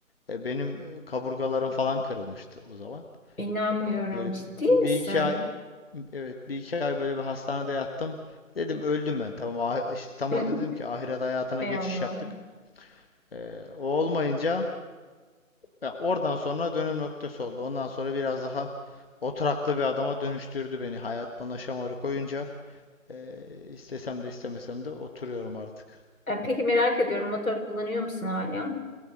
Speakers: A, on the left; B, on the left.
A: e, benim e, kaburgalarım falan kırılmıştı o zaman.
B: <laughs> inanmıyorum.
A: E, böyle
B: Ciddi misin?
A: bir iki ay Evet bir iki ay böyle bir hastanede yattım. Dedim öldüm ben. Tamam ah- işte tam
B: <laughs>
A: orada dedim ki ahiret hayatına
B: Ey
A: geçiş
B: Allah'ım.
A: yaptık. Ee, o olmayınca ya oradan sonra dönüm noktası oldu. Ondan sonra biraz daha oturaklı bir adama dönüştürdü beni. Hayat bana şamarı koyunca ee, istesem de istemesem de oturuyorum artık.
B: E, peki merak ediyorum motor kullanıyor musun hala?